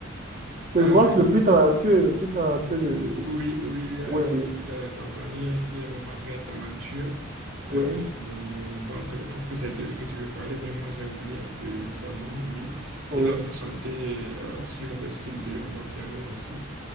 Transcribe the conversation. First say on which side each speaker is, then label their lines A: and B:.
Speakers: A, on the right (about 45°); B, on the right (about 90°).
A: C'est,
B: Euh,
A: je crois, que c'est le plus talentueux, le plus talentueux
B: oui,
A: de,
B: oui, oui, il y a
A: oui,
B: un artiste
A: oui,
B: euh, tanzanien qui est vraiment très talentueux.
A: oui,
B: Euh, euh, donc, je pense que c'est de lui que tu veux parler, mais moi, j'ai oublié un peu son nom, oui.
A: oui,
B: Il a aussi chanté euh, sur le style de Amapiano aussi.